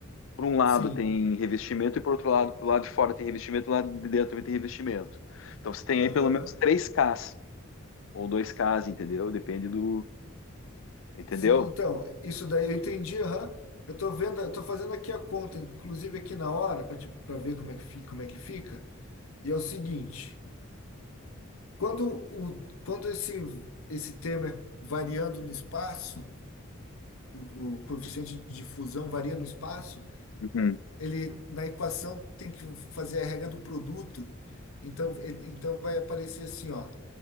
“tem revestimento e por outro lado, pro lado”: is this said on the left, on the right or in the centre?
Left